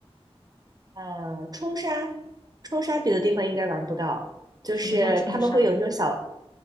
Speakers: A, on the right; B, on the left.
A: 呃，冲沙，冲沙别的地方应该玩不到，就是他们会有那种小
B: 什么叫冲沙？